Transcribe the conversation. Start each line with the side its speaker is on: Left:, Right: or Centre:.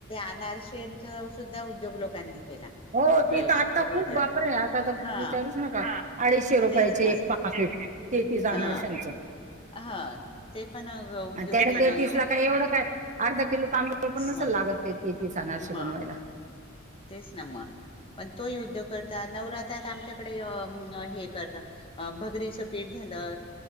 Left: अनारशांचं. सुद्धा उद्योग लोकांनी. केला
Right: हो
Left: गृहउद्योग
Right: ती तर आता खूप बापर आहे आता तर
Left: हा
Right: विचारूच नका अडीचशे रुपयाचे
Left: तेच ना
Right: एक पास. तेहतीस
Left: हा
Right: अनारश्यांचं.
Left: हा ते पण उद्योग
Right: त्यान
Left: केले
Right: तिसला काय एवढं काय अर्धा किलो तांम पण नस
Left: म
Right: लागत ते तेहतीस अनारसे
Left: म
Right: बनवायला.
Left: तेच पण तो युद्ध कर. नवरात्रात आमच्याकडे हे करत भगरीचं पेठ झालं.